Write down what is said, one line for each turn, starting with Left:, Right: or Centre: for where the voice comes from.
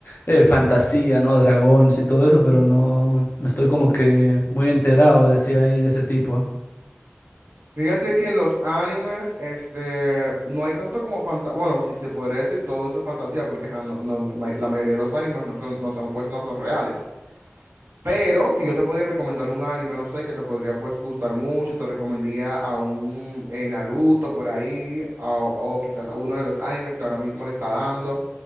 Left: eh, fantasía, ¿no? Dragones y todo eso, pero no, no estoy como que muy enterado de si hay de ese tipo.
Right: Fíjate que en los animes, este, no hay tanto como fantasía. Bueno, si se podría decir todo eso es fantasía, porque ajá, no, no, no, ma- la mayoría de los animes no son, no son, pues, no son reales. Pero si yo te podía recomendar un anime, no sé, que te podría pues gustar mucho, te recomendaría a un eh, Naruto por ahí, a- o quizás a uno de los animes que ahora mismo le está dando,